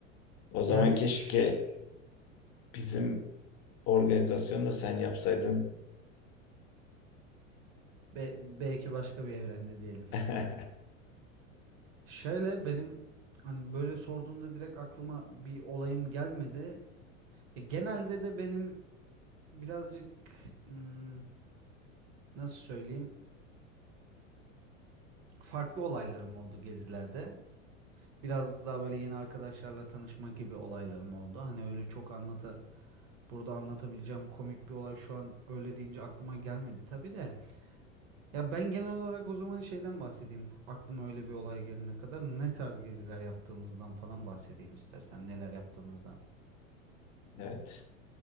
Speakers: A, on the left; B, on the right.
A: O zaman
B: Yani
A: keşke
B: şş,
A: bizim organizasyonu da sen yapsaydın.
B: be- belki başka bir evrende diyelim.
A: <laughs>
B: Şöyle benim hani böyle sorduğunda direkt aklıma bir olayım gelmedi. Ya genelde de benim birazcık hmm, nasıl söyleyeyim farklı olaylarım oldu gezilerde. Biraz daha böyle yeni arkadaşlarla tanışma gibi olaylarım oldu. Hani öyle çok anlata burada anlatabileceğim komik bir olay şu an öyle deyince aklıma gelmedi tabii de. Ya ben genel olarak o zaman şeyden bahsedeyim. Aklıma öyle bir olay gelene kadar ne tarz geziler yaptığımızdan falan bahsedeyim istersen neler yaptığımızdan.
A: Evet.